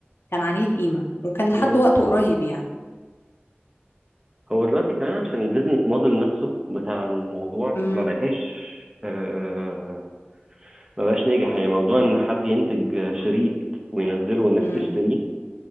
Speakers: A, on the left; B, on the right.
A: كان عليه القيمة وكان لحد
B: مم.
A: وقته قريب يعني
B: هو دلوقتي كمان عشان البيزنس موديل نفسه بتاع الموضوع
A: امم
B: ما بقاش آه ما بقاش ناجح يعني موضوع ان حد ينتج شريط وينزله والناس
A: امم
B: تشتريه